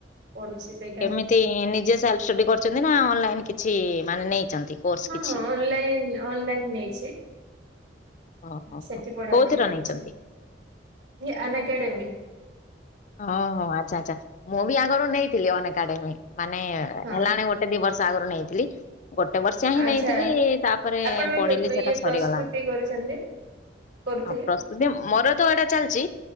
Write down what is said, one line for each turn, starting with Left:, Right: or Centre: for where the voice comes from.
Right: ପଢୁଛି ସେଇଟା
Left: କେମିତି ନିଜେ ଷ୍ଟଡି କରଛନ୍ତି ନା ଅନଲାଇନ କିଛି ମାନେ ନେଇଛନ୍ତି। କୋର୍ସ
Right: ହଁ,
Left: କିଛି?
Right: ହଁ, ଅନଲାଇନ୍, ଅନଲାଇନ ନେଇଛି।
Left: ଓହୋ।
Right: ସେଠି ପଢାପଢି
Left: କୋଉଥିର
Right: କରୁଛି
Left: ନେଇଛନ୍ତି
Right: ଅନ୍ ଆକାଡେମୀ।
Left: ଓ ହୋ ଆଚ୍ଛା, ଆଛା ମୁଁ ବି ଆଗରୁ ନେଇଥିଲି ଅନ ଏକଡେମୀ ମାନେ
Right: ହଁ
Left: ହେଲାନି ଗୋଟେ ଦିଇ ବର୍ଷ ଆଗରୁ ନେଇଥିଲି। ଗୋଟେ ବର୍ଷ ହିଁ
Right: ଆଚ୍ଛା
Left: ନେଇଥିଲି ତାପରେ
Right: ଆପଣ ବି
Left: ପଢିଲି
Right: ପ୍ର
Left: ସେଟା
Right: ଇଏ
Left: ସରିଗଲା।
Right: ପ୍ରସ୍ତୁତି କରୁଛନ୍ତି କରୁଥିଲେ
Left: ହଁ, ପ୍ରସ୍ତୁତି ମୋର ତ ଏଇଟା ଚାଲିଛି